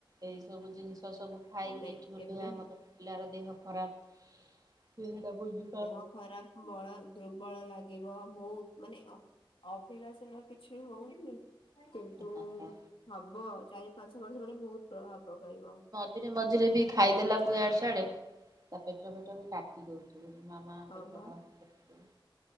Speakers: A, on the right (about 45°); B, on the left (about 80°).
A: ଏଇ ସବୁ ଜିନିଷ ସବୁ ଖାଇକି
B: ତମେ
A: ଏଠି ଗୋଟେ
B: ଏବେ
A: ଆମର ପିଲାର ଦେହ ଖରାପ୍ ସେଟା ବୁଝ
B: ଦେହ ଖରାପ୍ ବଳ ଦୁର୍ବଳ ଲାଗିବ ବହୁତ୍ ମାନେ <unintelligible> ସିନା କିଛି ହଉନି କିନ୍ତୁ
A: ଆଜ୍ଞା
B: ହବ ଚାରି ପାଞ୍ଚ ବର୍ଷ ପରେ ବହୁତ୍ ପ୍ରଭାବ୍ ପକାଇବ।
A: ମଝିରେ-ମଝିରେ ବି ଖାଇଦେଲାକୁ ଇଆଡେ ସିଆଡେ ତା ପେଟ ଫେଟ ବି କାଟ୍ ଟି ଦଉଚି, କହୁଚି ମାମା
B: ହଁ
A: ପେଟ
B: ବା
A: କଣ <unintelligible>